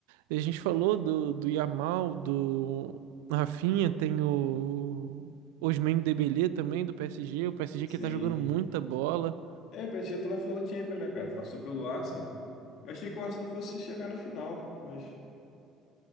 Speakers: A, on the right; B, on the left.
A: A gente falou do, do Yamal, do Rafinha, tem o Ousmane Dembélé também, do PSG. O PSG
B: Sim.
A: que tá jogando muita bola.
B: É, o PSG tá na final da Champions, né, cara? Passou pelo Arsenal. Eu achei que o Arsenal fosse chegar na final, mas,